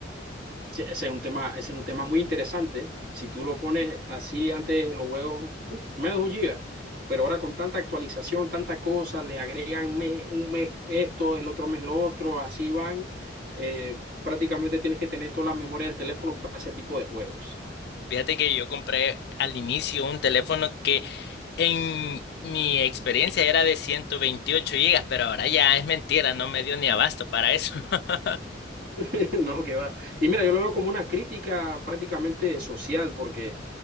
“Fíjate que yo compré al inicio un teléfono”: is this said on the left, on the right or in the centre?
Left